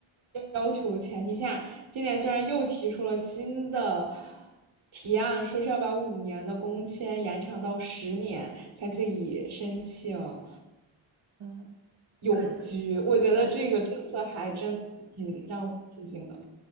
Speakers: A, on the right (about 75°); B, on the right (about 50°).
A: 要求前提下，今年居然又提出了新的
B: 嗯，
A: 提案，说是要把五年的工签延长到十年才可以申请。
B: 嗯，
A: 永居，
B: 呃呃，
A: 我觉得这个政策还真挺让我吃惊的。
B: 对，